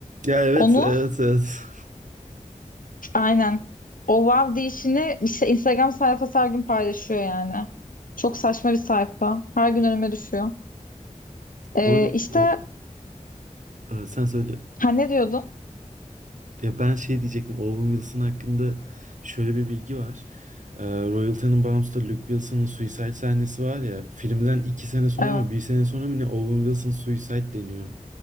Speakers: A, on the right; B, on the left.
A: Ya evet
B: Onu
A: evet evet. <laughs>
B: aynen. O wow deyişini işte Instagram sayfası her gün paylaşıyor yani. Çok saçma bir sayfa. Her gün önüme düşüyor. E,
A: Bu arada
B: işte
A: o e, sen söyle.
B: ha ne diyordun?
A: Ya ben şey diyecektim. Owen Wilson hakkında şöyle bir bilgi var. Ee, Royal Tenenbaums'ta Luke Wilson'ın suicide sahnesi var ya. Filmden iki sene sonra
B: Evet.
A: mı bir sene sonra mı ne Owen Wilson suicide deniyor.